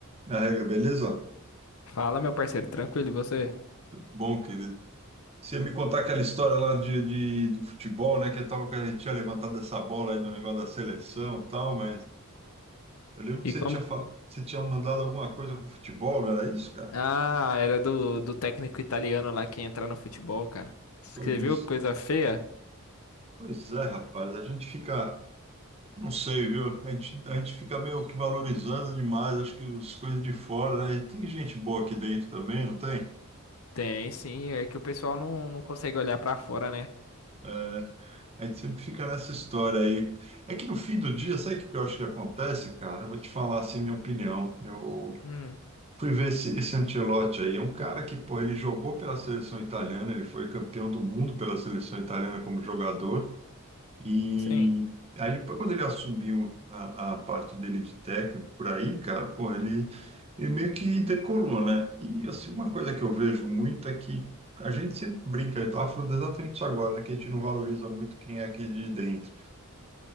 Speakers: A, on the right; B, on the left.
A: Na regra, beleza?
B: Fala, meu parceiro, tranquilo, e você?
A: Bom, querido. Você ia me contar aquela história lá de, de- do futebol, né? Que eu tava, que a gente tinha levantado essa bola aí do negócio da seleção e tal, mas eu lembro que
B: E
A: você
B: como.
A: tinha falado, você tinha mandado alguma coisa com futebol, não era isso, cara?
B: Ah, era do, do técnico italiano lá que ia entrar no futebol, cara. Você
A: Foi
B: viu
A: isso
B: que coisa feia?
A: Pois é, rapaz, a gente fica, não sei, viu? A gente, a gente fica meio que valorizando demais, acho que as coisas de fora, né? E tem gente boa aqui dentro também, não tem?
B: Tem, sim, é que o pessoal não, não consegue olhar pra fora, né?
A: É, A gente sempre fica nessa história aí. É que no fim do dia, sabe o que que eu acho que acontece, cara? Eu vou te falar assim, minha opinião. Eu
B: Hum,
A: fui ver esse, esse Ancelotti aí. É um cara que, pô, ele jogou pela seleção italiana, ele foi campeão do mundo pela seleção italiana como jogador. E
B: sim,
A: aí, depois, quando ele assumiu a, a parte dele de técnico por aí, cara, pô, ele, ele meio que decolou, né? E assim, uma coisa que eu vejo muito é que. A gente sempre brinca, eu estava falando exatamente isso agora, né? Que a gente não valoriza muito quem é aqui de dentro.